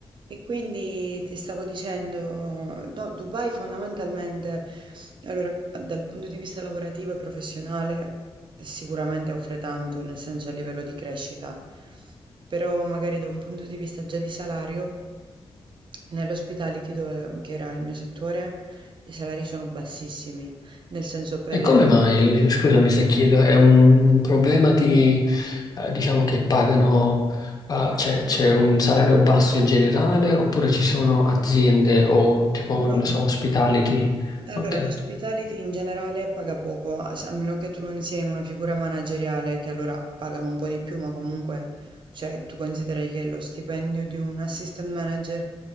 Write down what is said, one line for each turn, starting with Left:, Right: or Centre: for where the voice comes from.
Right: E quindi ti stavo dicendo, no, Dubai fondamentalmente, allora, dal punto di vista lavorativo e professionale, sicuramente offre tanto, nel senso a livello di crescita, però magari da un punto di vista già di salario, nell'hospitality, dove, che era il mio settore, i salari sono bassissimi, nel senso per...
Left: E come mai,
Right: il-
Left: scusami se chiedo, è un problema di, eh, diciamo che pagano, eh, c'è c'è un salario basso in generale oppure ci sono aziende o tipo,
Right: No.
Left: non lo so, ospitality?
Right: Allora,
Left: Ok,
Right: l'hospitality in generale paga poco, a se- almeno che tu non sia in una figura manageriale, che allora pagano un po' di più, ma comunque, cioè, tu consideri che lo stipendio di un assistant manager